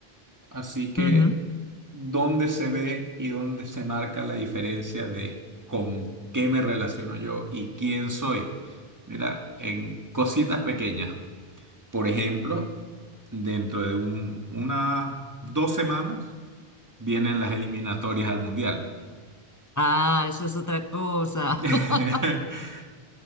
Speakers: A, on the right; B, on the left.
A: Así que,
B: ujú.
A: ¿dónde se ve y dónde se marca la diferencia de con qué me relaciono yo y quién soy? Mira, en cositas pequeñas. Por ejemplo, dentro de un- unas dos semanas vienen las eliminatorias al Mundial.
B: Ah, eso es otra cosa.
A: <laughs>
B: <laughs>